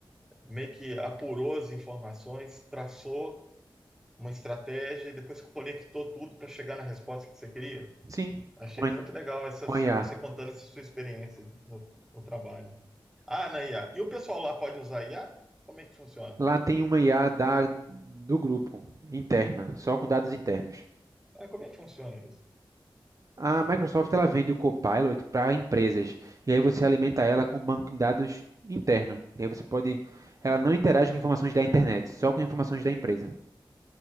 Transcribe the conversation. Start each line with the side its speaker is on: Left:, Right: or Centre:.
Centre: meio que apurou as informações, traçou uma estratégia e depois conectou tudo para chegar na resposta que você queria.
Right: Sim,
Centre: Achei
Right: com a,
Centre: muito legal essa,
Right: com
Centre: su-
Right: a IA.
Centre: você contando essa sua experiência no, no trabalho. Ah, na IA. E o pessoal lá pode usar IA? Como é que funciona?
Right: Lá tem uma IA da, do grupo, interna, só com dados internos.
Centre: Ah, como é que funciona isso?
Right: A Microsoft ela vende o Copilot para empresas, e aí você alimenta ela com o banco de dados interno. E aí você pode. Ela não interage com informações da internet, só com informações da empresa.